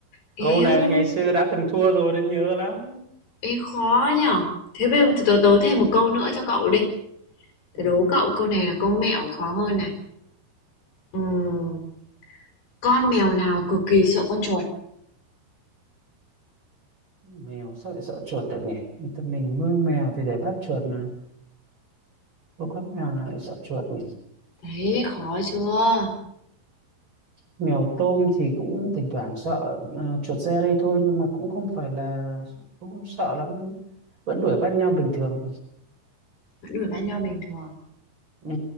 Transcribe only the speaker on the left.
Eo,
ê khó nhở? Thế bây giờ tớ, tớ tớ thêm một câu nữa cho cậu đi.
Tớ đố cậu câu này là câu mẹo khó hơn này. Ừm, con mèo nào cực kỳ sợ con chuột?
Đấy, khó chưa?
Vẫn đuổi bắt nhau bình thường.